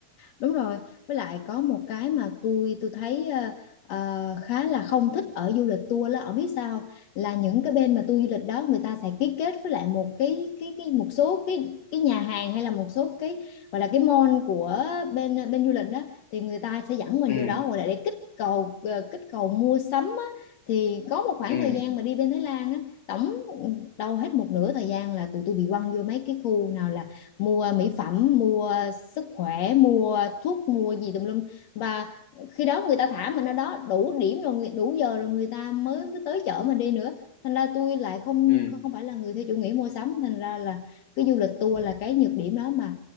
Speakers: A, on the left; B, on the left.
A: đúng rồi với lại có một cái mà tôi tôi thấy ờ, ờ, khá là không thích ở du lịch tour là ở biết sao không? là những cái bên mà tour du lịch đó người ta sẽ ký kết với lại một cái cái cái một số cái cái nhà hàng hay là một số cái gọi là cái mall của bên bên du lịch đó thì người ta sẽ dẫn mình
B: ừ
A: vô đó gọi là để kích cầu ờ, kích cầu mua sắm á. thì có một khoảng
B: ừ
A: thời gian mà đi bên Thái Lan á tổng ừ, đâu hết một nửa thời gian là tụi tôi bị quăng vô mấy cái khu nào là mua mỹ phẩm mua sức khỏe mua thuốc mua gì tùm lum và khi đó người ta thả mình ở đó đủ điểm rồi người- đủ giờ rồi người ta mới mới tới chở mình đi nữa thành ra tôi lại không
B: ừ
A: không phải là người theo chủ nghĩa mua sắm thành ra là cái du lịch tour là cái nhược điểm đó mà